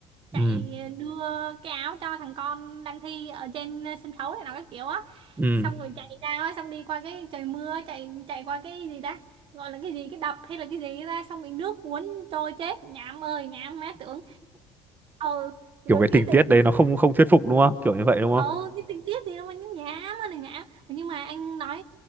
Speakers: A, on the right; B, on the right.
A: ừ,
B: chạy đưa cái áo cho thằng con đang thi ở trên sân khấu này nó các kiểu á
A: ừm.
B: xong rồi chạy ra á, xong đi qua cái trời mưa chạy chạy qua cái gì ta gọi là cái gì cái đập hay là cái gì ra xong bị nước cuốn trôi chết nhảm ơi nhảm má tưởng ừ rồi
A: Kiểu cái
B: cái
A: tình
B: tự
A: tiết đấy nó không không thuyết phục đúng không? Kiểu như vậy đúng không?
B: ừ cái tình tiết gì đâu mà nhảm ơi là nhảm nhưng mà anh nói